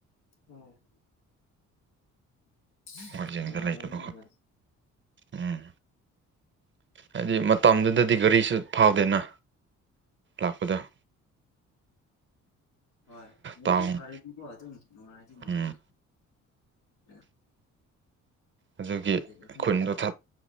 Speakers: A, on the left (about 85°); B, on the right (about 40°).
A: ꯑ <unintelligible>
B: ꯋꯥꯔꯖꯤꯡꯗ
A: ꯅꯨꯡꯉꯥꯏꯔꯝꯅꯤꯗ
B: ꯂꯩꯇꯕꯀꯣ ꯎꯝ ꯍꯥꯏꯗꯤ ꯃꯇꯝꯗꯨꯗꯗꯤ ꯒꯥꯔꯤꯁꯨ ꯐꯥꯎꯗꯦꯅ ꯂꯥꯛꯄꯗꯣ
A: ꯍꯣꯏ ꯂꯝꯕꯤ
B: ꯇꯥꯎꯟ
A: ꯐꯔꯗꯤꯀꯣ ꯑꯗꯨꯝ ꯅꯨꯡꯉꯥꯏꯔꯗꯤ ꯅꯨꯡꯉꯥꯏꯔꯅꯤ
B: ꯎꯝ
A: <unintelligible>
B: ꯑꯗꯨꯒꯤ
A: ꯑꯗꯨꯝ
B: ꯈꯨꯟꯗꯣ